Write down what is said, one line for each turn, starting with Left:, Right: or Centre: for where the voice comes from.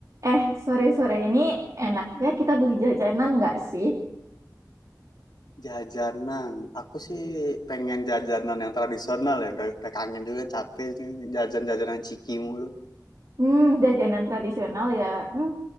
Right: Eh, sore-sore ini enaknya kita beli jajanan nggak sih?
Left: Jajanan, aku sih pengen jajanan yang tradisional ya, udah, udah kangen juga capek sih jajan-jajanan ciki mulu.
Right: Hmm, jajanan tradisional ya. Hmm,